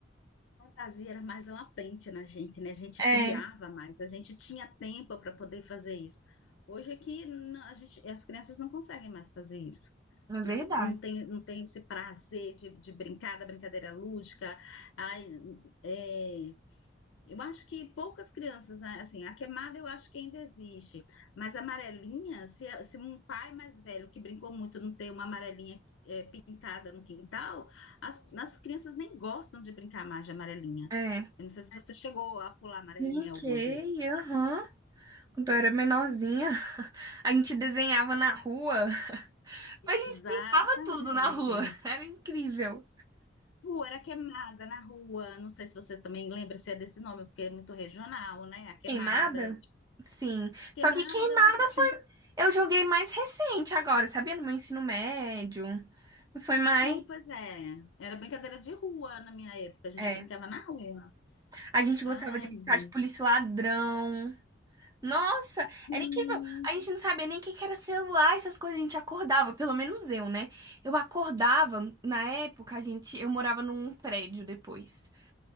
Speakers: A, on the left (about 85°); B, on the right (about 20°).
A: A fantasia era mais latente na gente, né? A gente
B: É,
A: criava mais, a gente tinha tempo para poder fazer isso. Hoje é que não- a gente, as crianças não conseguem mais fazer isso.
B: é verdade.
A: Não, não tem, não tem esse prazer de, de brincar, da brincadeira lúdica. Ai, é, eu acho que poucas crianças, né, assim, a queimada eu acho que ainda existe, mas a amarelinha, se, a- se um pai mais velho que brincou muito não tem uma amarelinha eh, pintada no quintal, as, as crianças nem gostam de brincar mais de amarelinha.
B: É.
A: Eu não sei se você chegou a pular amarelinha
B: Brinquei,
A: alguma vez.
B: aham. Quando eu era menorzinha, <laughs> a gente desenhava na rua.
A: Exatamente.
B: A gente pintava tudo na rua. <laughs> Era incrível.
A: Pô, era queimada na rua, não sei se você também lembra se é desse nome, porque é muito regional, né? A queimada.
B: Queimada? Sim.
A: Queimada,
B: Só que queimada
A: você tinha
B: foi.
A: um
B: Eu joguei mais recente agora, sabia? No meu ensino médio. Foi mais.
A: Não, pois é. Era brincadeira de rua na minha época. A gente
B: É.
A: brincava na rua.
B: A gente
A: Ai,
B: gostava de brincar
A: gente.
B: de polícia e ladrão. Nossa,
A: Sim,
B: era incrível. A gente não sabia nem o que que era celular, essas coisas. A gente acordava, pelo menos eu, né? Eu acordava, na época, a gente, eu morava num prédio depois.